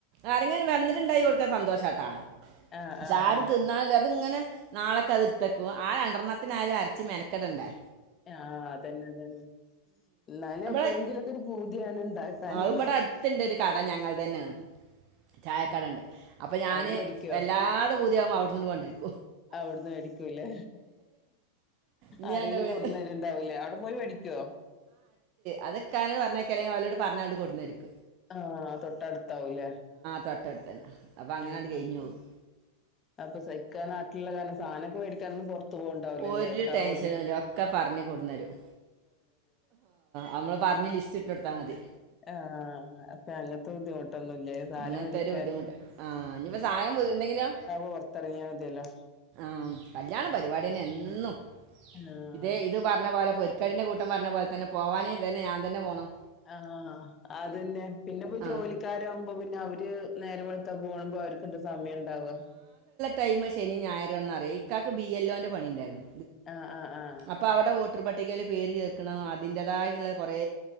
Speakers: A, on the right (about 40°); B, on the left (about 25°).
A: ആരെങ്കിലും വന്നിട്ടുണ്ട കൊടുക്ക സന്തോഷട്ടാ
B: ആഹ്
A: സാറ്
B: ആഹ് ആഹ്
A: തിന്നാല്ലേ അതി ഇങ്ങനെ നാളൊക്ക് അത് എടുത്തേക്കും ആ രണ്ടെണ്ണത്തിന് ആരും അരച്ചി മെനക്കടണ്ടേ
B: ആ അതന്നെ അതന്നെ എന്നാലും
A: അപ്പോൾ
B: എപ്പോഴെങ്കിലൊക്കെ ഒരു പൂതിയാണ് ഉണ്ടാക്കാന്
A: ആ ഇവിടെ അടുത്തുണ്ട് ഒരു കട ഞങ്ങള് തന്നെയണ് ചായക്കടണ്ട് അപ്പൊ ഞാന്
B: അവിടുന്ന് മേടിക്കോ
A: വല്ലാതെ അ അവിടുന്ന് വണ്ടി വരും
B: അവിടുന്ന് മേടിക്കൂല്ലേ
A: ഇനിയാണ്ട്
B: അരയില്
A: പോയി-
B: കൊണ്ടുവന്നു തരുവുണ്ടാവില്ലേ അവിടെ പോയി മേടിക്കുവോ
A: അതൊക്കെ പറഞ്ഞക്കല്ലെങ്കിൽ അവരോട് പറഞ്ഞാ കൊണ്ടുന്നുതരും
B: ആ തൊട്ടടുത്താവൂല്ലേ
A: തൊട്ടടുത്ത് തന്നെ അപ്പം അങ്ങനെ
B: ആ
A: അങ്ങട് കഴിഞ്ഞു
B: ഉ
A: പോകും
B: ഉ അപ്പൊ ഇക്കാ നാട്ടിലുള്ള കാരണം സാധനൊക്കെ മേടിക്കാൻ പോണ്ടവുലലേ
A: ഒരു
B: ഇക്ക
A: ടെൻഷനും
B: ഓടന്ന്
A: ഇല്ല ഒക്കെ പറഞ്ഞ് കൊടുന്നരും നമ്മൾ പറഞ്ഞ് ലിസ്റ്റ് ഇട്ട് കൊടുത്താൽ മതി
B: ആ അങ്ങനത്തെ ബുദ്ധിമുട്ടൊന്നും ഇല്ലല്ലേ സാധനം
A: അങ്ങനത്തെ
B: മേടിക്കാനും
A: ഒരു ബുദ്ധിമുട്ട് ആ ഇനിയിപ്പോൾ സാധനം ബു- എന്തെങ്കിലും
B: പൊറത്തിറങ്ങിയാ മതിയല്ലോ
A: ആ കല്യാണ പരിപാടി പിന്നെ എന്നും
B: ആഹ്
A: ഇതെ ഇത് പറഞ്ഞ പോലെ പൊരിക്കലിന്റെ കൂട്ടം പറഞ്ഞ പോലെ തന്നെ പോവാന് ഇത് തന്നെ ഞാൻ തന്നെ പോകണം
B: ആ അതന്നെ പിന്നെപ്പോ
A: ആ
B: ജോലിക്കാരകുമ്പോ പിന്നെ അവര് നേരം വെളുത്ത പോകുമ്പോ അവർക്ക് എന്ത് സമയം ഉണ്ടാവ
A: ടൈമ് ശനി ഞായര് ഇക്കാക്ക് ബി ൽ ഒ ന്റെ പണി ഉണ്ടായിരുന്നു
B: ആഹ് ആഹ് ആഹ്
A: അപ്പ അവിടെ വോട്ടർപട്ടികയിൽ പേര് ചേർക്കണത് അതിൻന്റേതായിട്ടുള്ള കുറേ